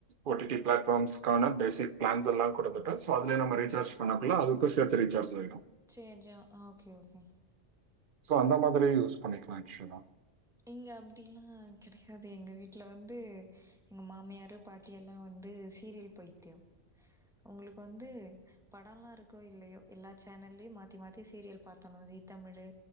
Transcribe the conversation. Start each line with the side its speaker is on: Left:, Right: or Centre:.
Right: ஓ டி டி பிலாட்ஃபார்ம்ஸ்க்கான பேசிக் பிளான்ஸ்ல்லா கொடுத்துட்டு சொ அதுல நம்ம ரீசார்ஜ் பண்ணம்மில்ல அதுக் கு சேத்து ரீசார்ஜ் செய்ணு
Centre: சேஞ்ஜா ஆ ஓகே ஓகே
Right: சோ அந்த மாதிரி யூஸ் பண்ணிக்லா ஆக்சுலா
Centre: இங்க அப்டிலா கெடையாது எங்க வீட்ல வந்து எங்க மாமியாரு பாட்டி எல்லா வந்து சீரியல் பைத்தியோ அவங்களுக்கு வந்து படொல்லா இருக்கோ இல்லையோ எல்லா சேனல்லயு மாத்தி மாத்தி சீரியல் பாத்தர்ணு ஜீ Tamil